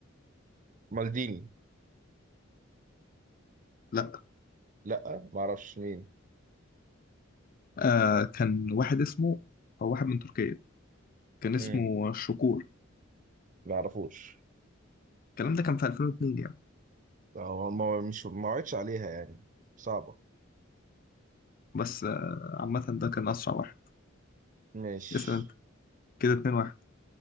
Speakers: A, on the right; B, on the left.
A: مالديني
B: لا
A: لأ معرفش مين
B: آه كان واحد اسمه أو واحد من تركيا كان اسمه
A: امم
B: شكور
A: معرفوش
B: الكلام ده كان في 2002 يعني
A: هو ما مش ما وعدش عليها يعني صعبة
B: بس آه عامة ده كان أسرع واحد
A: مش
B: اسأل أنت كده 2 واحد